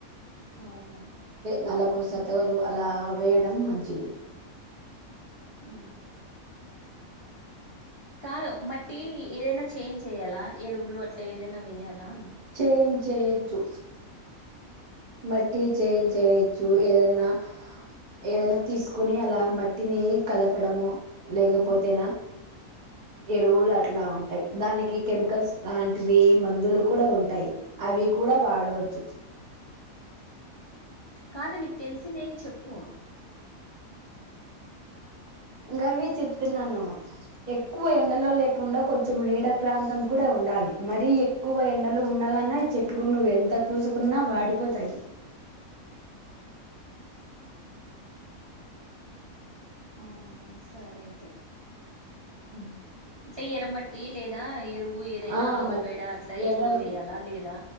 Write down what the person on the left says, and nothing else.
అవునా
అ కాదు మట్టి ఏదైనా చేంజ్ చేయ్యాలా ఏరుువలు అట్లా ఏదైనా వయ్యాలా అని
కాదు నీకు తెలిసిందేవి చెప్పు
అవునా సర అయితే
అంటే ఎరమట్టి లేదా ఎరువు ఏదైనా
ఆవుపేడ
అట్లా ఎక్కువ
వేయాలా లేదా